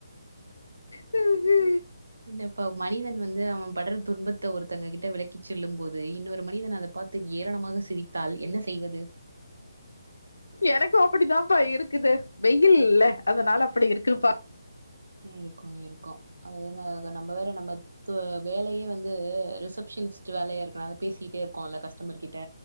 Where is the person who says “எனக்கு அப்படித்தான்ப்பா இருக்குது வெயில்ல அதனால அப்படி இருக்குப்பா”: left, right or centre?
Left